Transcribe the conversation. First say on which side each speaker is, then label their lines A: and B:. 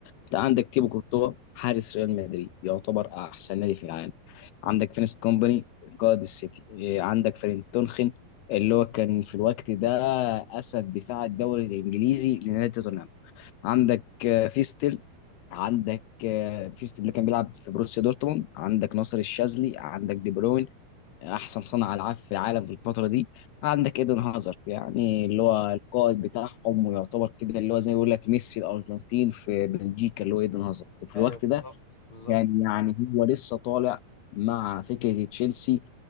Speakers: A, on the left; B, on the left.
A: انت عندك تيبو كورتوا حارس ريال مدريد يعتبر احسن نادي في العالم عندك فينيس كومباني قائد السيتي إيه، عندك فرين تونخن اللي هو كان في الوقت ده اسد دفاع الدوري الانجليزي لنادي توتنهام عندك آه، فيستل عندك آه، فيستل اللي كان بيلعب في بروسيا دورتموند عندك ناصر الشاذلي عندك دي بروين احسن صانع العاب في العالم في الفتره دي عندك ايدن هازارد يعني اللي هو القائد بتاعهم ويعتبر كده اللي هو زي ما يقول لك ميسي الارجنتين في بلجيكا اللي هو ايدن هازارد وفي
B: أيوه
A: الوقت ده
B: بالظبط بالظبط
A: كان يعني هو لسه طالع مع فكره تشيلسي